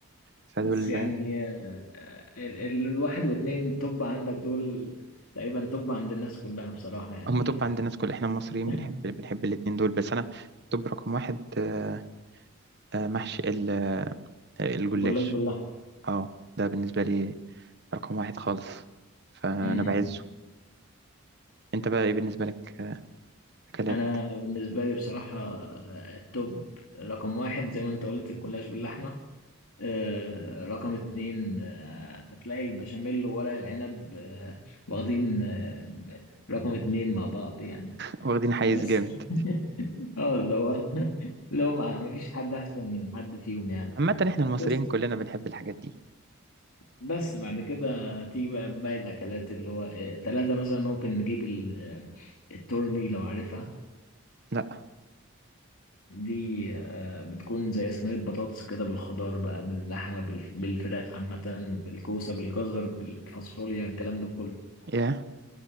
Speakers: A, on the right; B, on the left.
A: فدول
B: بس يعني آه، آه، ال- ال- الواحد واتنين طب عندك دول تقريبا طب عند الناس كلها بصراحه يعني
A: هم توب عند الناس كل احنا المصريين
B: <laughs>
A: بنحب بنحب الاتنين دول بس انا توب رقم واحد آه، آه، محشي ال- آه، الجلاش
B: جلاش باللحمه
A: اه ده بالنسبه لي رقم واحد خالص فانا
B: أمم.
A: بعزه انت بقى ايه بالنسبه لك اكلات
B: انا بالنسبه لي بصراحه آه، التوب رقم واحد زي ما انت قلت الجلاش باللحمه آه، رقم اتنين آه، هتلاقي البشاميل وورق العنب آه، واخدين آه، رقم اتنين مع بعض يعني
A: واخدين حيز
B: بس
A: جامد
B: <laughs> اه اللي هو <laughs> اللي هو ما ما فيش حد احسن من حد فيهم يعني
A: عامه احنا المصريين
B: بس
A: كلنا بنحب الحاجات دي
B: بس بعد كده تيجي بقى باقي الاكلات اللي هو آه، تلاتة مثلا ممكن نجيب ال- آه، التورلي لو عارفها
A: لا
B: دي آه، بتكون زي صينية بطاطس كده بالخضار بقى باللحمة بالف- بالفراخ عامة بالكوسة بالجزر بالفاصوليا الكلام ده كله
A: يا